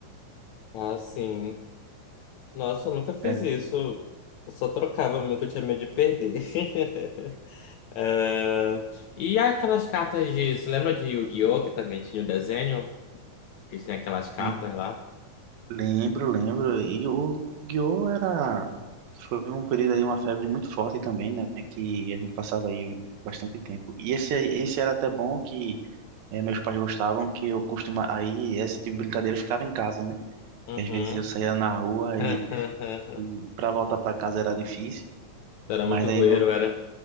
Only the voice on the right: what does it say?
Era.
Hum,
Lembro, lembro. E o Yu-Gi-Oh! era. Foi um período aí, uma febre muito forte também, né? Que a gente passava aí bastante tempo. E esse, aí- esse era até bom que eh, meus pais gostavam, que eu costuma aí, esse tipo de brincadeira eu ficava em casa, né?
E às vezes eu saía na rua
e, e para voltar para casa era difícil.
Mas
aí
no,